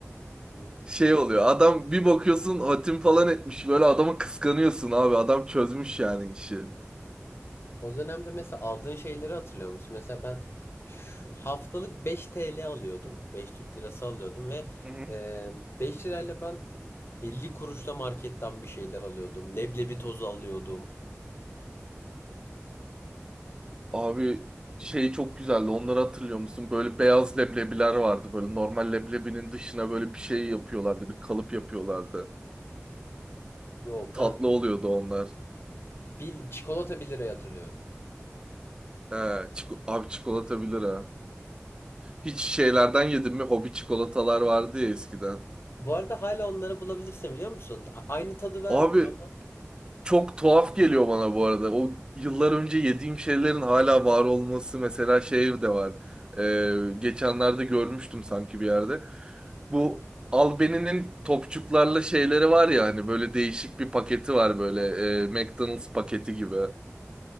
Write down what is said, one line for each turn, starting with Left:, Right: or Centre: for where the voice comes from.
Left: Hı.
Right: Şey oluyor. Adam bir bakıyorsun hatim falan etmiş. Böyle adamı kıskanıyorsun abi. Adam çözmüş yani işi. Hı
Left: O dönemde mesela aldığın şeyleri hatırlıyor musun? Mesela ben şu haftalık 5 TL alıyordum. beş Türk lirası alıyordum ve
Right: hı.
Left: e, 5 lirayla ben 50 kuruşla marketten bir şeyler alıyordum. Leblebi tozu alıyordum.
Right: Abi şey çok güzeldi. Onları hatırlıyor musun? Böyle beyaz leblebiler vardı. Böyle normal leblebinin dışına böyle bir şey yapıyorlardı. Bir kalıp yapıyorlardı.
Left: Yok
Right: Tatlı
Left: ben
Right: oluyordu onlar.
Left: bil, çikolata bir liraya hatırlıyorum.
Right: He, çiko- abi çikolata bilir ha. Hiç şeylerden yedin mi? Hobi çikolatalar vardı ya eskiden.
Left: Bu arada hala onları bulabilirsin biliyor musun? A- aynı tadı vermiyor
Right: Abi
Left: ama.
Right: Çok tuhaf geliyor bana bu arada. O yıllar önce yediğim şeylerin hala var olması mesela şey de var. Ee, geçenlerde görmüştüm sanki bir yerde. Bu Albeni'nin topçuklarla şeyleri var ya hani böyle değişik bir paketi var böyle e, McDonald's paketi gibi.